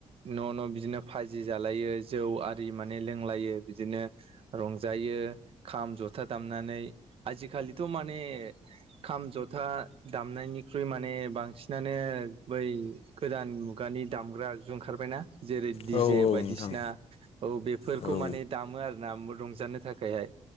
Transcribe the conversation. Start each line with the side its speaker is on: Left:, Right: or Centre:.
Right: न' न' फाजि जालायो जै आरि माने लोंलायो बिदिनो रंजायो खाम जथा दामनानै आजिखालिथ' माने खाम जथा दामनायनिख्रुइ माने बांसिनानो बै गोदान मुगानि दामग्रा आगजु ओंखारबायना जेरै डिजे
Left: औ
Right: बायदिसिना
Left: नोंथां
Right: औ बेफोरखौ
Left: औ
Right: माने दामो आरो ना रंजानो थाखायहाय